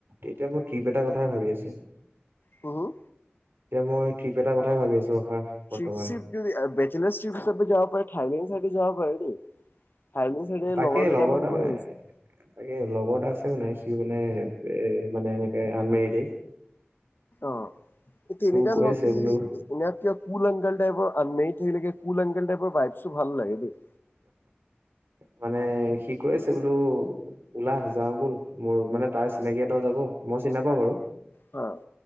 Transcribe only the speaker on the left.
হুম, হুম?
ট্ৰিপ শ্ৰিপ যদি বেচেলাৰ ট্ৰিপ হিচাপে যাব পাৰি থাইলেণ্ড চাইডে যাব পাৰি দেই। থাইলেণ্ড চাইডে
লগৰ কেইটামান
গৈ আহিছে।
অঁ তেনেকুৱা
ধৰক
কি <unintelligible>
কুল অংগল টাইপৰ আনমেইট লে কুলংগল টাইপৰ ভাইবটো ভাল লাগে দেই।
অ'।